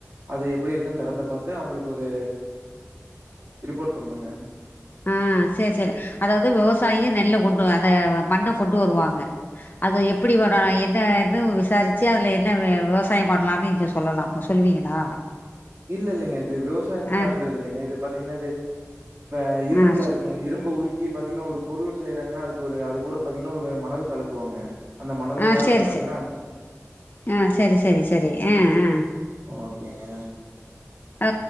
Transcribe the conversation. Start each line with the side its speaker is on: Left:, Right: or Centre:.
Right: அது எப்டி இருக்குன்னு தரத்த பாத்து அவுங்களுக்கு ஒரு ரிப்போர்ட் பண்ணுங்க
Left: ஆ சேர் சேர் அதாவுது விவசாயிங்க நெல்ல கொண்டு அத மண்ண கொண்டு வருவாங்க அத எப்டி வேணா பண்ணலா என்னன்னு விசாரிச்சு அதில என்ன விவசாயோ பண்ணலானு நீங்க சொ சொல்லலா அப்ப சொல்லுவீங்ளா
Right: இல்லெல்லைங்க இது விவசாயோ
Left: ஆ
Right: சார்ந்தது இல்லைங்க இது பாத்தீங்கன்னா இது ப்ப இரும்புல
Left: ஆ சொ
Right: இருக்குலங்க இரும்பு உரி க்கி பாத்தீங்கன்னா ஒரு பொருள் செய்றாங்கன்னா அதுக்கு ஒரு அது கூட பாத்தீங்கன்னா ஒரு மணல் கலக்குவாங்க அந்த மணல்
Left: ஆ
Right: தா
Left: சேரி
Right: அது பாத்தீங்கன்னா
Left: சே ஆ செரி செரி செரி ஆ ஆ
Right: ஓகேங்க.
Left: அ